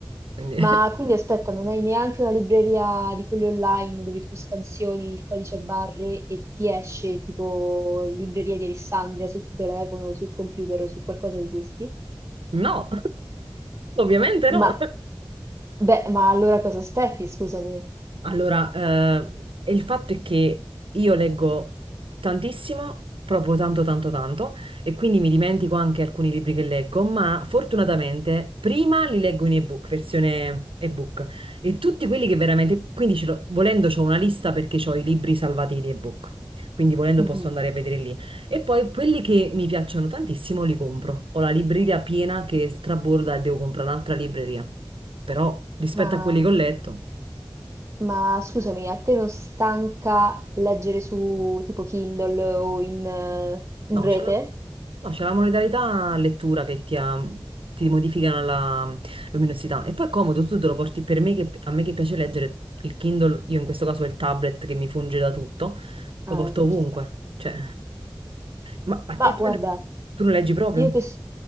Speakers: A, on the right; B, on the right.
A: Quindi <laughs>
B: ma quindi aspetta, non hai neanche una libreria di quelli online dove tu scansioni il codice a barre e ti esce tipo Libreria di Alessandria sul tuo telefono, sul computer o su qualcosa di questi?
A: no, <laughs> ovviamente
B: Ma,
A: no.
B: beh, ma allora cosa aspetti, scusami?
A: Allora, eh, il fatto è che io leggo tantissimo, proprio tanto, tanto, tanto, e quindi mi dimentico anche alcuni libri che leggo, ma fortunatamente prima li leggo in ebook, versione ebook, e tutti quelli che veramente, quindi ce l'ho- volendo ho una lista perché ho i libri salvati in ebook, quindi volendo
B: Mhm.
A: posso andare a vedere lì. E poi quelli che mi piacciono tantissimo li compro. Ho la libreria piena che straborda e devo comprare un'altra libreria, però rispetto
B: Ma,
A: a quelli che ho letto...
B: ma scusami, a te non stanca leggere su tipo Kindle o in, eh, in
A: No,
B: rete?
A: c'è la, no, c'è la modalità lettura che ti, ha- ti modifica la luminosità. E poi è comodo, tu te lo porti per me che, a me che piace leggere il Kindle, io in questo caso ho il tablet che mi funge da tutto, lo
B: Ah,
A: porto
B: sì,
A: ovunque.
B: ci sta.
A: Cioè, ma a
B: Ma
A: te tu,
B: guarda,
A: tu non leggi proprio?
B: io che... s-